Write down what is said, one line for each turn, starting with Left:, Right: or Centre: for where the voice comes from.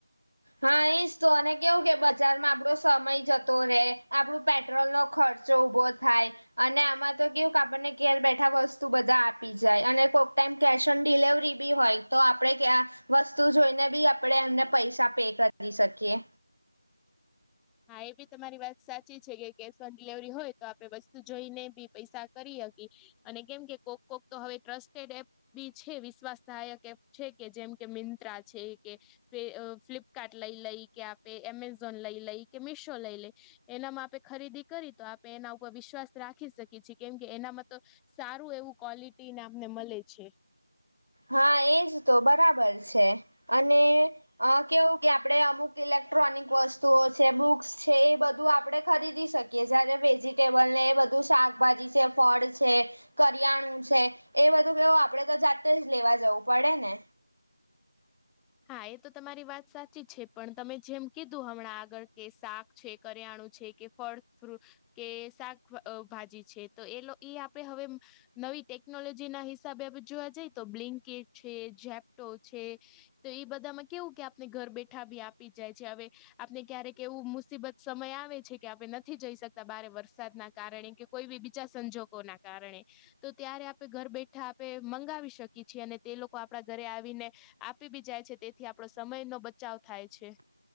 Right: હા એજ તો અને કેવું કે બજારમાં આપડો સમય જતો રે આપડું પ પેટ્રોલ નો ખર્ચો ઉભો થાય અને આમાં તો કેવું કે આપણને કર બેઠા વસ્તુ બધા આપી. જાય અને કોઈક ટાઈમ કેશ ઓન ડિલેવરી બી હોય તો આપણે કયા. વસ્તુ જોઈને બી આપણેે એમને પૈસા પે કરી શકીએ.
Centre: હા એ બી તમારી વાત સાચી છે કે કેશ ઓન ડિલવરી હોય તો આપડે વસ્તુ જોઈને બી પૈસા કરી શકી. અને કેમ કે કોક કોક તો હવે ટ્રસ્ટેડ એપ બી છે વિશ્વાસદાયક. એ છે કે, જેમ કે મિંત્ર છે કે ફ્લિપકાર્ટ લઈ લઈ કે આપે, એમેઝોન લઈ લઈ કે મીશો લઈ લઈ. એનામાં આપે ખરીદી કરી, તો આપે એના ઉપર વિશ્વાસ રાખી શકીએ છીએ, કેમ કે એનામાં તો સારું એવું ક્વોલિટીને અમને મળે છે.
Right: હા એજ તો બરાબર છે અને અ કેવું કે આપડણે અમુક ઇલેક્ટ્રોનિક વસ્તુઓ છે બુક્સ છે એ બધું આપડણે ખરીદી શકીએ. કે જ્યારે વેજીિટેબલને એ બધું શાકભાજી છે ફળ છે કરિયાણું છે એ બધું કેવું આપડે તો જાતે જ લેવા જવું પડે ને.
Centre: હા એ તો તમારી વાત સાચી છે પણ તમે જેમ કીધું હમણાં આગળ કે શાક છે. કર્યાણું છે કે ફળ ફ્રૂટ કે શાકભાજી છે, તો એ એ આપણે હવે નવી ટેકનોલોજી ના હિસાબે, આપણે જોવા જઈએ તો બ્લિન્કેટ, છે જેપ્ટો છે. તો ઈ બધામાં કેવું કે આપને ઘર બેઠા બી આપી જ જાય છે હવે. આપણે ક્યારેક એવું મુસીબત સમય આવે છે કે આપણે નથી જઈ શકતા, બારે વરસાદ ના કારણે કે કોઈ બી બીજા સંજોગો ના કારણે તો ત્યારે આપે ઘર બેઠા આપે મંગાવી શકીએ છીએ, અને તે લોકો આપણા ઘરે આવીને આપી બી જાય છે, તેથી આપડો સમય નો બચાવ થાય છે.